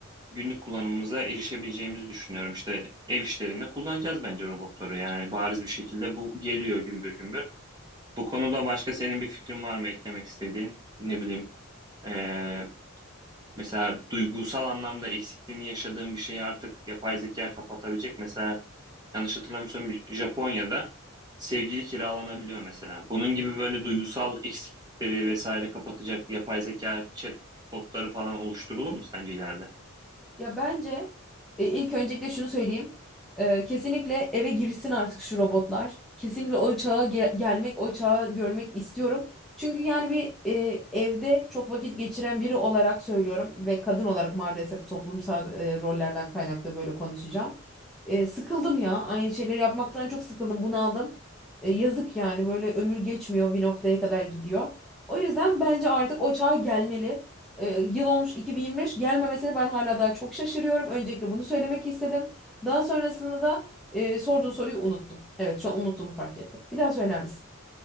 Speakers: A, on the right; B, in the centre.
A: günlük kullanımımıza erişebileceğimizi düşünüyorum. İşte ev işlerinde kullanacağız bence robotları. Yani bariz bir şekilde bu geliyor gümbür gümbür. Bu konuda başka senin bir fikrin var mı eklemek istediğin? Ne bileyim, eee, Mesela duygusal anlamda eksikliğini yaşadığın bir şeyi artık yapay zeka kapatabilecek. Mesela yanlış hatırlamıyorsam Japonya'da sevgili kiralanabiliyor mesela. Bunun gibi böyle duygusal eksiklikleri vesaire kapatacak yapay zeka, chatbotları falan oluşturulur mu sence ileride?
B: Ya bence e, ilk öncelikle şunu söyleyeyim. E, kesinlikle eve girsin artık şu robotlar. Kesinlikle o çağa ge- gelmek, o çağı görmek istiyorum. Çünkü yani bir e, evde çok vakit geçiren biri olarak söylüyorum ve kadın olarak maalesef toplumsal e, rollerden kaynaklı böyle konuşacağım. E, sıkıldım ya. Aynı şeyleri yapmaktan çok sıkıldım, bunaldım. E, yazık yani böyle ömür geçmiyor bir noktaya kadar gidiyor. O yüzden bence artık o çağa gelmeli. Ee, yıl olmuş 2025 gelmemesine ben hala daha çok şaşırıyorum. Öncelikle bunu söylemek istedim. Daha sonrasında da e, sorduğun soruyu unuttum. Evet şu an unuttuğumu fark ettim. Bir daha söyler misin?